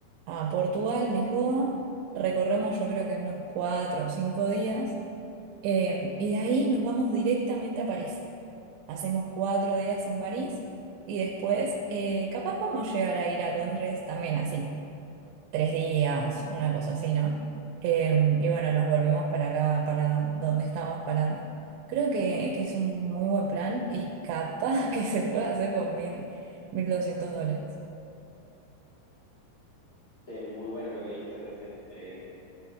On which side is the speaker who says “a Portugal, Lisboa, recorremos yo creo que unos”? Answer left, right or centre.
Right